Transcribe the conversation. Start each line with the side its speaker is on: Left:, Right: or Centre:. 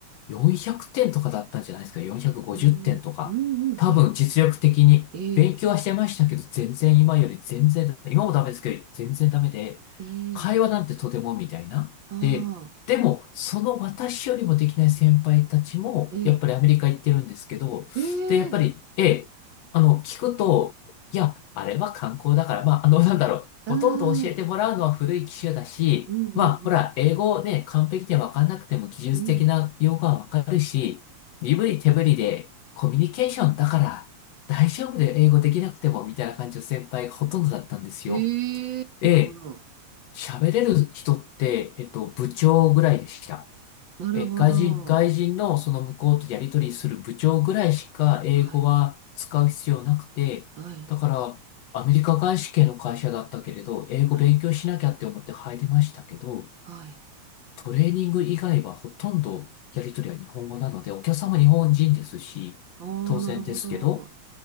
Left: 400点とかだったんじゃないですか。450点とか。
Right: うーん。うん、うん、はい。
Left: 多分、実力的に勉強はしてましたけど、
Right: ええ、
Left: 全然今より全然だ、今もダメですけど、全然ダメで、
Right: ええ、
Left: 会話なんてとてもみたいな。
Right: あ
Left: で、
Right: あ、
Left: でも、その私よりもできない先輩たちも、
Right: ええ、
Left: やっぱりアメリカ行ってるんですけど、
Right: え
Left: で、やっぱり、
Right: え、
Left: ええ、あの、聞くと、いや、あれは観光だから、まあ、あの、なんだろう、
Right: ああ、
Left: ほとんど教えてもらうのは古い機種だし、
Right: うん、う
Left: まあ、ほら、
Right: ん、
Left: 英語ね、完璧で分かんなくても技術的な用語は分かるし、
Right: うん。うん
Left: 身振り手振りでコミュニケーションだから大丈夫で英語できなくても、みたいな感じの先輩がほとんどだったんですよ。
Right: ええなるほど。
Left: で、喋れる人って、えっと、部長ぐらいでした。
Right: なるほど。
Left: え、外人、外人のその向こうとやり取りする部長ぐらいしか英語は使う必要なくて、
Right: はい、はい、
Left: だから、アメリカ外資系の会社だったけれど、英語勉強しなきゃって思って入りましたけど、
Right: はい、はい。
Left: トレーニング以外はほとんどやり取りは日本語なので、お客様日本人ですし、
Right: ああ、
Left: 当然ですけど、
Right: なるほど。